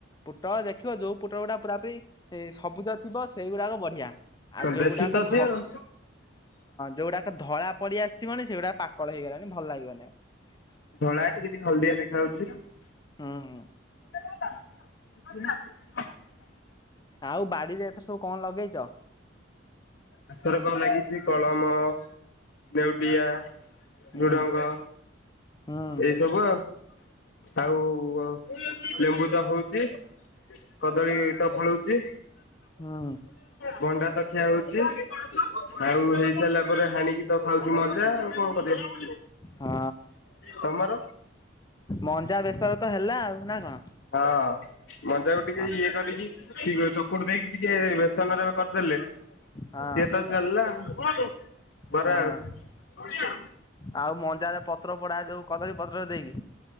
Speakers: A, on the left (about 20°); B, on the left (about 65°).
A: ପୁଟ ଦେଖିବ ଯୋଉ ପୁଟ ଗୁଡା ପୁରାପୁରି ସବୁଜ ଥିବ ସେଇଗୁଡାକ ବଢିଆ ଆଉ ଯୋଉଗୁଡାକ
B: ଦେଶୀ ତ ସିଏ
A: ଧ ହଁ
B: ଆଉ।
A: ଯୋଉଗୁଡାକ ଧଳା ପଡି ଆସିଥିବନି ସେଇଗୁଡାକ ପାକଳ ହେଇଗଲାଣି ଭଲ ଲାଗିବନି ଆଉ
B: ଧଳା ଟିକେ ଟିକେ ହଳଦିଆ <unintelligible>
A: ହଁ
B: <unintelligible>
A: ଆଉ ବାଡିରେ ଏଥର ସବୁ କଣ ଲଗେଇଛ।
B: ଏଥର କଣ ଲାଗିଛି କଳମ ନେଉଟିଆ।
A: ହୁଁ
B: ଝୁଡଙ୍ଗ
A: ହୁଁ
B: ଏଇ ସବୁ ଆଉ ଆଉ। ଲେମ୍ବୁ ତ ହଉଛି କଦଳୀ ତ ଫଳୁଛି।
A: ହୁଁ।
B: ଭଣ୍ଡା ତ ଖିଆ ହଉଛି। ଆଉ ହେଇସାରିଲା ପରେ ହାଣିକି ତ ଖାଉଛୁ ମଜା ଆଉ କଣ କରିବା।
A: ହଁ।
B: ତମର
A: ମଞ୍ଜା ବେଶରେ ତ ହେଲା ଆଉ ନା କଣ।
B: ହଁ ମଞ୍ଜାକୁ ଟିକେ
A: ହଁ
B: ଇଏ କରିକି ଠିକ୍ ଅଛି ଚକୁଟ୍ ଦେଇକି ଟିକେ ବେସନର କରଦେଲେ।
A: ହଁ
B: ସିଏ ତ ଚାଲଲା ଆଉ ବରା
A: ହଁ
B: ଆଉ।
A: ଆଉ ମଞ୍ଜାରେ ପତ୍ର ପୋଡା ଯୋଉ କଦଳୀ ପତ୍ରରେ ଦେଇକି